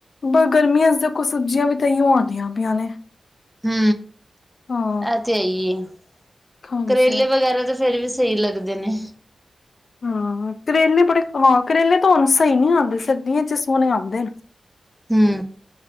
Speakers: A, on the left; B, in the centre.
A: ਪਰ ਗਰਮੀਆਂ ਚ ਤਾਂ ਕੋਈ ਸਬਜ਼ੀਆਂ ਵੀ ਤੇ ਏਹਿਓ ਆਉਂਦੀਆਂ ਪਈਆਂ ਨੇ।
B: ਹੂ,
A: ਹਾਂ
B: ਇਹ ਤੇ ਹੈ ਈ ਐ,
A: ਹਾਂਜੀ
B: ਕਰੇਲੇ ਵਗੈਰਾ ਤਾਂ ਫੇਰ ਵੀ- ਸਹੀ ਲੱਗਦੇ ਨੇ।
A: ਹਾਂ, ਕਰੇਲੇ ਬੜੇ ਹਾਂ, ਕਰੇਲੇ ਤਾਂ ਹੁਣ ਸਹੀ ਨਹੀਂ ਆਉਂਦੇ। ਸਰਦੀਆਂ ਚ ਸੋਹਣੇ ਆਉਂਦੇ ਨੇ। <inaudible>
B: ਹੂ,